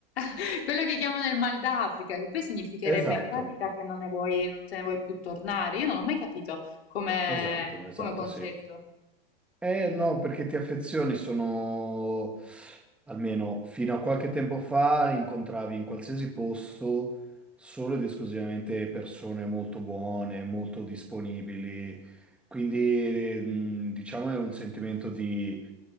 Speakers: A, on the left; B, in the centre.
A: <laughs> Quello che chiamano il mal d'Africa, che poi significherebbe
B: Esatto,
A: in pratica che non ne vuoi, non te ne vuoi più tornare. Io non l'ho mai capito come,
B: esatto, esatto,
A: come concetto.
B: sì. Eh no, perché ti affezioni sono, almeno fino a qualche tempo fa, incontravi in qualsiasi posto solo ed esclusivamente persone molto buone, molto disponibili, quindi mh, diciamo è un sentimento di,